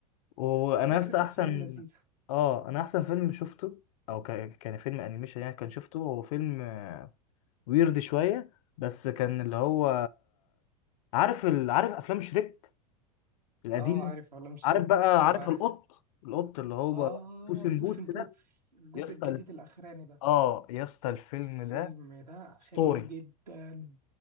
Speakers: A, on the left; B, on the right.
A: وانا
B: فكرة
A: يا اسطى فيلم
B: الفيلم
A: احسن
B: لذيذة
A: اه انا احسن فيلم شفته او كان كان فيلم انيميشن يعني كان شفته هو فيلم ويرد شويه بس كان اللي هو عارف ال... عارف افلام شريك القديمه
B: اه عارف علوم شريك
A: عارف بقى
B: أيوه
A: عارف
B: عارف
A: القط القط اللي هو
B: اه
A: بوس ان
B: بوس
A: بوتس
B: إن بوتس
A: ده
B: الجزء
A: يا اسطى
B: الجديد
A: ال-
B: الأخراني ده
A: اه يا اسطى الفيلم
B: الفيلم
A: ده
B: ده
A: ستوري
B: حلو جدا